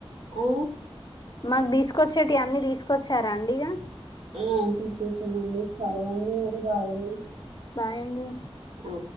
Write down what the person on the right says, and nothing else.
ఓ
ఆ తీసుకొచ్చా అం సాల అళడి మరి భాయన్ని
ఆ